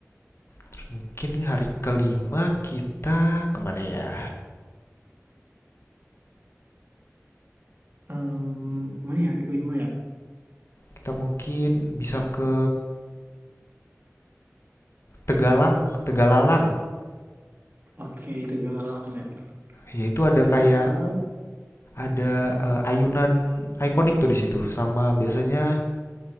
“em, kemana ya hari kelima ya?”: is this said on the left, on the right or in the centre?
Right